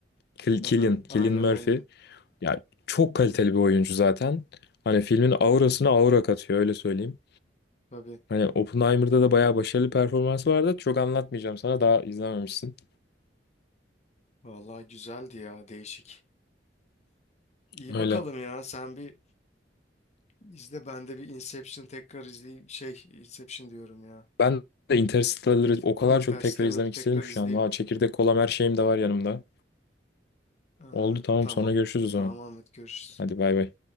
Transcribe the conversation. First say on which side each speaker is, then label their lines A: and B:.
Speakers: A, on the left; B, on the left.
A: Kil- Cillian,
B: Aha,
A: Cillian
B: aynen
A: Murphy.
B: aynen.
A: Ya çok kaliteli bir oyuncu zaten. Hani filmin aurasına aura katıyor öyle söyleyeyim.
B: Tabii.
A: Hani Oppenheimer'da da bayağı başarılı performansı vardı. Çok anlatmayacağım sana daha izlememişsin.
B: Valla güzeldi ya değişik. İyi
A: Öyle.
B: bakalım ya sen bir izle ben de bir Inception tekrar izleyeyim. Şey Inception diyorum ya.
A: Ben de Interstellar'ı o kadar
B: Interstellar'ı
A: çok tekrar izlemek
B: tekrar
A: istedim şu
B: izleyeyim.
A: an. Valla çekirdek kolam her şeyim de var yanımda.
B: Aa,
A: Oldu tamam
B: tamam.
A: sonra görüşürüz o zaman.
B: Tamam Ahmet görüşürüz.
A: Hadi bay bay.